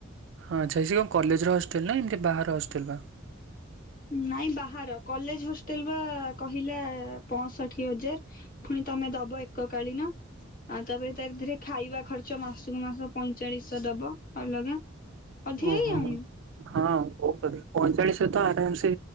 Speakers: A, on the right; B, on the left.
A: ହଁ ଆଛା ସେ କଣ କଲେଜର ହଷ୍ଟେଲ ନା ଏମିତି ବାହାର ହଷ୍ଟେଲ ବା?
B: ନାଇଁ ବାହାର କଲେଜ ହଷ୍ଟେଲ ବା କହିଲା ପଞ୍ଚଷଠି ହଜାର। ପୁଣି ତମେ ଦବ ଏକକାଳି ନ। ଆଉ ତାପରେ ତାରି ଦେରେ ଖାଇବା ଖର୍ଚ ମାସକୁ ମାସ ପଇଁଚାଳିଶହ ଦବ ଅଲଗା। ଅଧିକ
A: ଓହୋ
B: ହେଇଯାଉନି
A: ହଁ ପହଚାଳିଶହ ତ ଆରାମ ସେ